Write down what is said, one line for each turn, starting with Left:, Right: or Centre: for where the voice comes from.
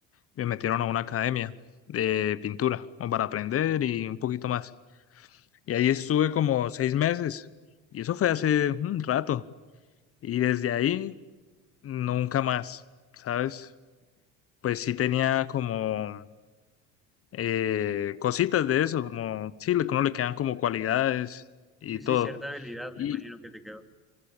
Left: me metieron a una academia de pintura, como para aprender y un poquito más. Y ahí estuve como seis meses. Y eso fue hace un rato. Y desde ahí, nunca más, ¿sabes? Pues sí tenía como eh, cositas de eso, como sí, le- uno le quedan como cualidades y
Centre: Sí,
Left: todo.
Centre: sí, cierta habilidad me
Left: Y
Centre: imagino que te quedó.